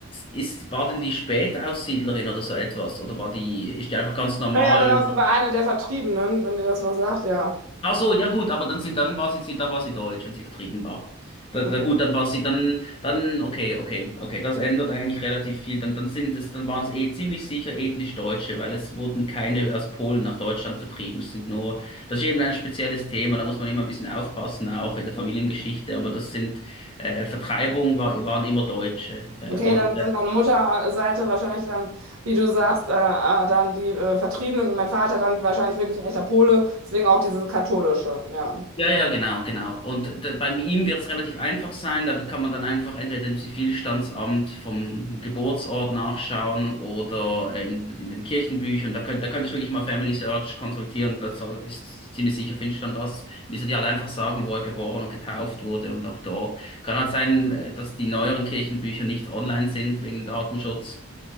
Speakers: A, on the left (about 25°); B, on the right (about 85°).
A: ist, war denn die Spätaussiedlerin oder so etwas? Oder war die, ist die einfach ganz normal?
B: Ja, ja, genau, sie war eine der Vertriebenen, wenn dir das was sagt, ja.
A: Ach so, ja gut, aber dann sind, dann war sie, sie- dann war sie deutsch, wenn sie vertrieben war. Da, da,
B: Okay.
A: gut, dann war sie, dann, dann, okay, okay, okay, das ändert eigentlich relativ viel. Dann, dann sind es, dann waren es eh ziemlich sicher ethnisch Deutsche, weil es wurden keine aus Polen nach Deutschland vertrieben. Es sind nur, das ist eben ein spezielles Thema, da muss man immer ein bisschen aufpassen, auch in der Familiengeschichte, aber das sind, äh, Vertreibung war, waren immer Deutsche. Äh,
B: Okay,
A: und
B: dann sind
A: äh,
B: meine Mutterseite wahrscheinlich dann, wie du sagst, äh, äh, dann die äh, Vertriebenen und mein Vater dann wahrscheinlich wirklich ein echter Pole, deswegen auch dieses katholische, ja.
A: Ja, ja, genau, genau. Und d- bei ihm wird es relativ einfach sein. Da kann man dann einfach entweder im Zivilstandsamt vom Geburtsort nachschauen oder äh, in, in den Kirchenbüchern. Da könnt, da könntest du wirklich mal Family Search konsultieren. Das soll- ist ziemlich sicher, findest du dann das. Müsste dir halt einfach sagen, wo er geboren und getauft wurde und ab dort. Kann halt sein, äh, dass die neueren Kirchenbücher nicht online sind wegen Datenschutz.